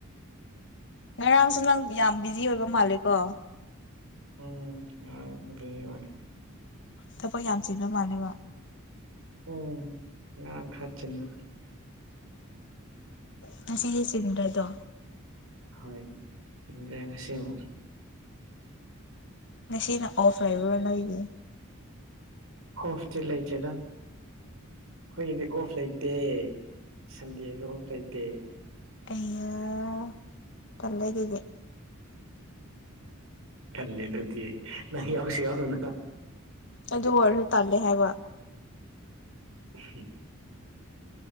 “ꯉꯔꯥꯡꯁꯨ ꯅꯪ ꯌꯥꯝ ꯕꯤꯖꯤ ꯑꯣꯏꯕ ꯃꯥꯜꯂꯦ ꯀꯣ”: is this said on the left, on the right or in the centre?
Left